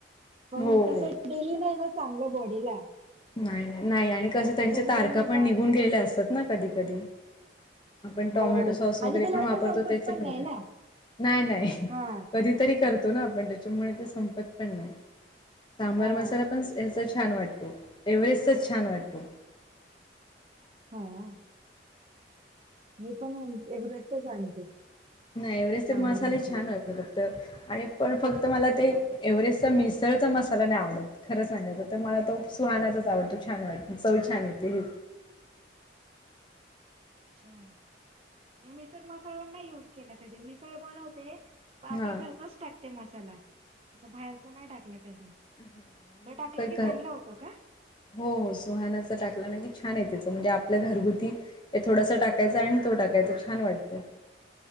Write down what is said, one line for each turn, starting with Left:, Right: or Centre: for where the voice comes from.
Right: पण
Left: हो
Right: तस
Left: हो
Right: डेली नाही ना चांगलं बॉडीला
Left: नाही नाही नाही आणि कस
Right: त्याच्यामुळे
Left: त्यांच्या तारखा
Right: मी
Left: पण
Right: बाहेरचे
Left: निघून गेलेल
Right: मसाले
Left: असतात
Right: नाही
Left: ना
Right: युज
Left: कधी
Right: करत.
Left: कधी. आपण टोमॅटो
Right: हो
Left: सॉस वगैरे
Right: आणि ते लवकर
Left: पण वापरतो
Right: संपत
Left: तेच
Right: पण
Left: मधे
Right: नाही
Left: बघा
Right: ना
Left: नाही नाही
Right: हा
Left: कधी तरी करतो ना आपण तेच्यामुळे ते संपत पण नाही सांबर
Right: हा
Left: मसाला पण <unintelligible> छान वाटत एव्हरेस्टच छान वाटते.
Right: हा. मी पण मग एव्हरेस्टचं आणते.
Left: नाही एव्हरेस्ट
Right: सांबर
Left: मसाले
Right: मसाला.
Left: छान असतात फक्त आणि पण फक्त मला ते एव्हरेस्टचा मिसळचा मसाला नाही आवडत. खरं सांगायचं तर मला तो सुहानाचाच आवडतो छान वाटत चव छान येते हे.
Right: हुं मिसळ मसाला नाही युज केला कधी मिसळ बनवते आपल्या
Left: हां
Right: घरचाच टाकते मसाला अस बाहेरच नाही टाकला कधी.
Left: हां मी
Right: तो टाकला
Left: असं
Right: की
Left: घ
Right: चांगला होतो का?
Left: हो हो सुहानाच टाकला ना की छान येते चव त्याच म्हणजे आपल्या घरगुती हे थोडासा टाकायचं आणि तो टाकायचा छान वाटतं.